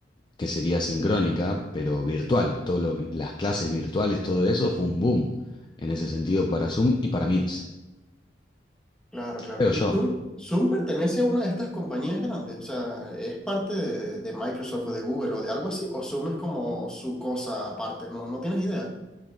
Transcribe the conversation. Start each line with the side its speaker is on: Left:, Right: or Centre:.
Left: que sería sincrónica, pero virtual. Todo lo que- las clases virtuales, todo eso fue un boom en ese sentido para Zoom y para Meets,
Centre: Claro, claro.
Left: creo
Centre: ¿Y
Left: yo.
Centre: Zoom, Zoom pertenece a una de estas compañías grandes? O sea, ¿es parte de, de Microsoft o de Google o de algo así? ¿O Zoom es como su cosa aparte? No, no tienes idea.